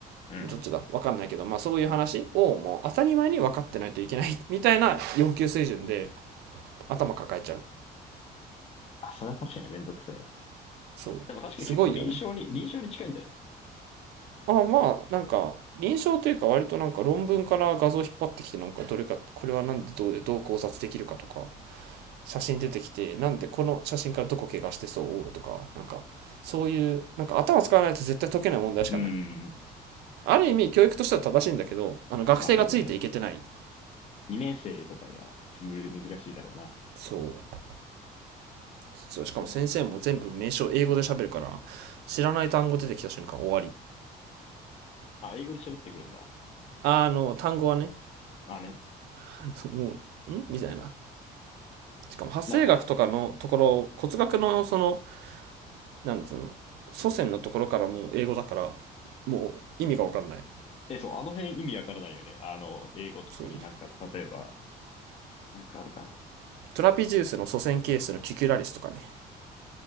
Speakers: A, on the left; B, on the right.
A: うん。
B: どっちだわかんないけど、まあそういう話をもう当たり前に分かってないといけないみたいな要求水準で
A: なるほどね。
B: 頭抱えちゃう。
A: あ、それは確かにめんどくさいな。
B: そう。
A: でも確かに結構臨床に、
B: すごいよね。
A: 臨床に近いんだね。
B: ああまあ、なんか、臨床というか割となんか論文から画像引っ張ってきてなんかどれか、これはなんでどうでどう考察できるかとか、写真出てきて、なんでこの写真からどこ怪我してそうとか、なんか、そういう、なんか頭使わないと絶対解けない問題しかない。
A: うん。
B: ある意味教育としては正しいんだけど、あの学生がついていけてない
A: まあそうだね。2年生とかにはつむり難しいだろうな。
B: そうそうしかも先生も全部名称英語で喋るから知らない単語出てきた瞬間終わり
A: 無駄はあ、英語で喋ってくるんだ。
B: あの単語はね
A: まあね。
B: <laughs> もうんみたいなしかも発生学とかのところ骨学のその
A: なんか、
B: なんていうの祖先のところからもう英語だからもう意味が分かんない
A: え、そう、あの辺意味わからないよね。あの、英語特になんか、
B: そう
A: 例えば、なんかあるかな。
B: トラピジウスの祖先ケースのキュキュラリスとかね